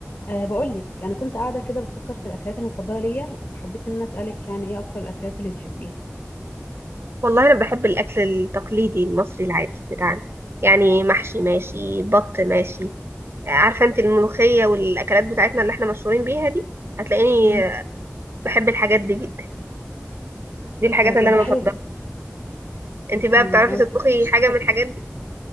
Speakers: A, on the left; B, on the right.
A: أه بقول لك انا كنت قاعده كده بفكر في الاكلات المفضله ليا وحبيت ان انا اسالك يعني ايه اكتر الاكلات اللي بتحبيها
B: والله انا بحب الاكل التقليدي المصري العادي بتاعنا يعني محشي ماشي بط ماشي عارفه انت الملوخيه والاكلات بتاعتنا اللي احنا مشهورين بيها دي هتلاقيني
A: مم.
B: بحب الحاجات دي جدا دي الحاجات
A: أه طب
B: اللي انا
A: ده حلو
B: بفضلها
A: جدا
B: انت بقى
A: امم
B: بتعرفي
A: يعني
B: تطبخي
A: ما بتحبيش
B: حاجه من الحاجات دي